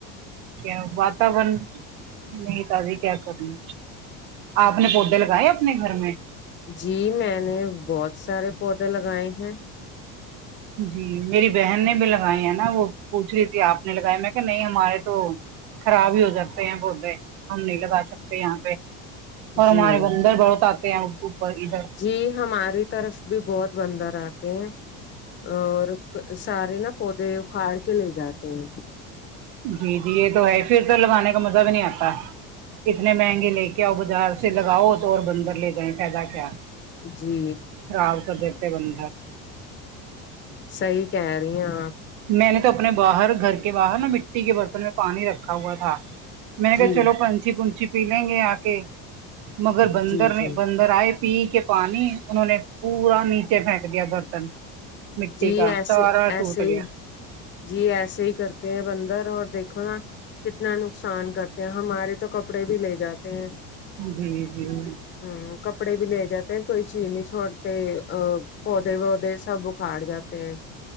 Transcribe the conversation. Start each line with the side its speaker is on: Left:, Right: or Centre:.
Right: کیا واتاورن نہیں تجی کیا کرنی آپ نے پودے لگائے اپنے گھر میں
Left: جی میں نے بہت سارے پودے لگائے ہیں
Right: جی میری بہن نے بھی لگائی ہے نا وہ پوچھ رہی تھی آپ نے لگائی میں کہ نہیں ہمارے تو خراب ہی ہو جاتے ہیں پودے ہم نہیں لگا سکتے یہاں پہ اور ہمارے
Left: جی
Right: بندر بہت آتے ہیں اوپر ادھر
Left: جی ہماری طرف بھی بہت بندر آتے ہیں اور سارے نا پودے اکھاڑ کے لے جاتے ہیں
Right: جی جی یہ تو ہے پھر تو لگانے کا مزہ بھی نہیں آتا اتنے مہنگے لے کے آؤ بازار سے لگاؤ تو اور بندر لے جائیں فائدہ کیا
Left: جی
Right: خراب کر دیتے بند
Left: صحیح کہہ رہی ہ آپ
Right: میں نے تو اپنے باہر گھر کے باہر نا مٹی کے برتن میں پانی رکھا ہوا تھا میں نے کہ
Left: جی
Right: چلو پنچھی پنچھی پی لیں گے آ کے مگر بندر
Left: جی جی
Right: بندر آئے پی کے پانی انہوں نے پورا نیچے پھینک دیا برتن مٹی
Left: جی
Right: کا
Left: ایسے
Right: سارا
Left: ایسے
Right: ٹوٹ
Left: ہی
Right: گیا
Left: جی ایسے ہی کرتے ہیں بندر اور دیکھو نا کتنا نقصان کرتے ہیں ہمارے تو کپڑے بھی لے جاتے ہیں
Right: جی جی جیاں
Left: ہ کپڑے بھی لے جاتے ہیں کوئی چیز نہیں چھوڑتے ا پودے وودے سب کاٹ جاتے ہیں